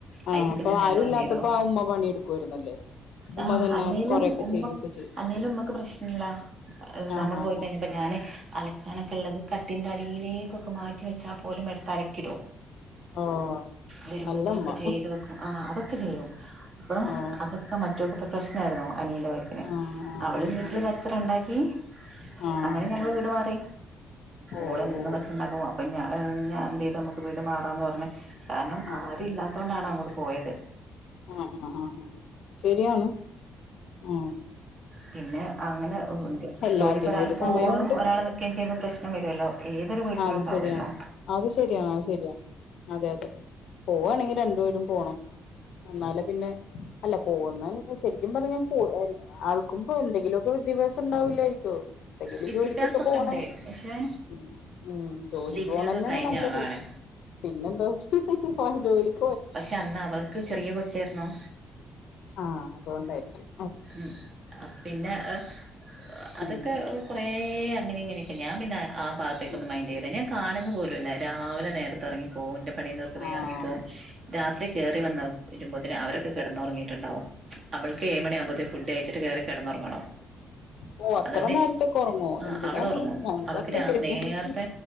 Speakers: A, on the left; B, on the right.
A: ആഹ്
B: അതിന്
A: അപ്പൊ
B: പിന്നെ
A: ആരും
B: ഞങ്ങൾ എന്ത്
A: ഇല്ലാത്തപ്പോ
B: ചെയ്തു
A: ആ ഉമ്മ പണിയെടുക്കുവായിരുന്നല്ലേ ഉമ്മ
B: ആ
A: തന്നെ
B: അല്ലേലും
A: കൊറെയൊക്കെ
B: ഉമ്മ
A: ചെയ്യൊക്കെ ചെയ്യും
B: അല്ലേലും ഉമ്മക്ക് പ്രശ്നല്ല
A: ആഹ്
B: നമ്മള്
A: ആഹ്
B: പോയിക്കഴിഞ്ഞപ്പോ
A: ആഹ്
B: ഞാന് അലക് എനക്കില്ലത് കട്ടിന്റെ അടിയിലെ ൊ <unintelligible> ക്കെ മാറ്റിവച്ചാൽ പോലും എടുത്ത് അലക്കിടും
A: ഓ
B: വരുമ്പോതിനൊക്കെ
A: നല്ലമ്മ
B: ചെയ്ത് വെക്കും ആ അതൊക്കെ ചെയ്യും അപ്പൊ
A: ഓ
B: അതൊ- മറ്റൊക്ക്‌ ഇപ്പ പ്രശ്നായിരുന്നു അനിയന്റെ വൈഫിനെ
A: ആഹ് ആഹ്
B: അവള്
A: ആഹ്
B: വീട്ടില് കച്ചറണ്ടാക്കി
A: ആഹ് ആഹ്
B: അങ്ങനെ ഞങ്ങള് വീട് മാറി
A: ഓ
B: ഓള് എന്നും
A: ഓ
B: കച്ചറണ്ടാക്കും അപ്പൊ ഞൻ ഞാൻ എന്ത് ചെയ്തു നമുക്ക് വീട് മാ - അപ്പോന്ന് പറഞ്ഞൽ <unintelligible> കാരണം
A: അതെ
B: ആരും ഇല്ലാത്തോണ്ടാണ് അങ്ങോട്- പോയത്
A: ആഹ് ആഹ് ആ ഹ് അഹ് ശരിയാണ് ആഹ്
B: പിന്നെ അങ്ങനെ
A: എല്ലാത്തിനും
B: ജോലിക്ക് ഒരാള്
A: ഒരു
B: പോകും
A: സമയമുണ്ട്
B: ഒരാൾ നിക്കുയും ചെയ്യുമ്പോ
A: ഉം
B: പ്രശ്നം വരുല്ലോ ഏതൊരു വീട്ടിലും
A: അത്
B: ഉണ്ടാവല്ലോ
A: ശരിയാണ് അത് ശരിയാണ് അത് ശരിയാണ് അതെ അതെ പോവാണെങ്കിൽ രണ്ടുപേരും പോണം. എന്നാല് പിന്നെ അല്ല പോകുന്നതിന് ശരിക്കും പറഞ്ഞാല്. പോവായിരുന്നു ആർക്കും ഇപ്പൊ എന്തെങ്കിലും. ഇപ്പൊ വിദ്യാഭ്യാസം ഉണ്ടാവൂല്ലായിരിക്കും. തയ്യലും
B: വിദ്യാഭ്യാസൊക്കെ
A: ജോലിക്കൊക്കെ പോണായിരുന്നു
B: ഉണ്ട് പക്ഷെ
A: ഉം ഉം ജോലിക്ക്
B: ഡിഗ്രി
A: പോണെനാണ്
B: ഒക്കെ കഴിഞ്ഞ
A: നല്ലത്
B: ആളാണ്
A: പിന്നെ എന്താവെച്ചാൽ. <unintelligible>
B: പക്ഷെ അന്ന് അവൾക്ക് ചെറിയ കൊച്ചായിരുന്നു.
A: ആഹ് അതുകൊണ്ടായിരിക്കും
B: ഉം അപ്പോ പിന്നെ ഏഹ്. അതൊക്കെ
A: ഉം
B: കൊറെ. കൊറെ അങ്ങനെ ഇങ്ങനെ ഒക്കെ ഞാൻ പിന്നെ. ആഹ് ഭാഗത്തേക്കൊന്നും
A: ഉം
B: മൈൻഡ് ചെയ്യൂല ഞാൻ. കാണുന്നു പോലുമില്ല രാവിലെ നേരത്തെ ഇറങ്ങി പോകലും. പണി തീർത്ത് വേഗം
A: ആഹ്
B: ഇറങ്ങിപ്പോകും, രാത്രി കയറി വന്ന വരുമ്പോത്തന് അവര്. കെടന്നാെറങ്ങീട്ട്ണ്ടാവും അവൾക്ക് ഏഴ് മണ്യാവുമ്പോത് ഫുഡ് കയ്ച്ച്ട്ട് കേറി കെടന്നൊറങ്ങണം
A: ഓ അത്ര
B: അതോണ്ട്
A: നേരത്തൊക്കെ ഒറങ്ങോ
B: ആഹ്
A: എന്തിനാത്
B: അവളൊറങ്ങും
A: ഞങ്ങളൊക്കെ
B: അവക്ക് രാ
A: എഴുന്നേൽക്കും
B: നേർത്തെ